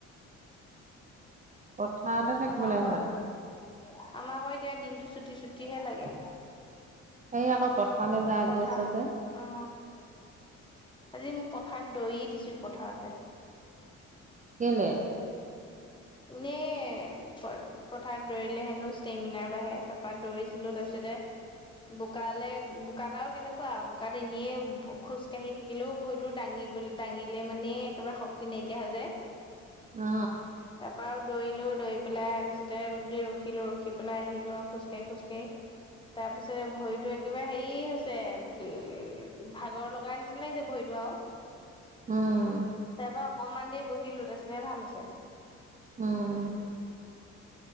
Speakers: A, on the right; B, on the left.
A: পথাৰতে থাকিবলৈ
B: আমা ক
A: ভাল
B: আমাৰ আকৌ এতিয়া দিনটো চুটি চুটিহে লাগে।
A: সে আকৌ পথাৰলৈ যায়
B: পথাৰ
A: গৈছ যে।
B: অ আজি ম পথাৰত দৰি দিছো পথাৰতে।
A: কেলে।
B: ইনে প পথাৰত দৌৰিলে হেনো ষ্টেমিনাৰ বাঢ়ে তাৰপা দৌৰিছিলো তাৰপিছতে বোকালে বোকাত আউ আৰু কেনেকুৱা বোকাত এনেয়ে খোজকাঢ়ি থা থাকিলেও ভৰিটো দাঙিবলৈ দাঙিলে মানে একেবাই শক্তি নাইকিয়া হৈ যায়।
A: অ।
B: এপাক দৌৰিলোঁ দৌৰি পেলাই তাৰপিছতে অলপ দেৰি ৰখিলো ৰখি পেলাই আহিলো আৰু খোজকাঢ়ি - খোজকাঢ়ি।
A: <inaudible>
B: তাৰপিছতে ভৰিতো একেবাৰ হেৰি হৈছে উ ভাগৰ লগাই নিছিল হৈছে ভৰিটো আৰু।
A: উম।
B: তাৰ পৰা অকণমান দেৰি বহিলো তাৰপিছতহে ভাল হৈছে।
A: উম।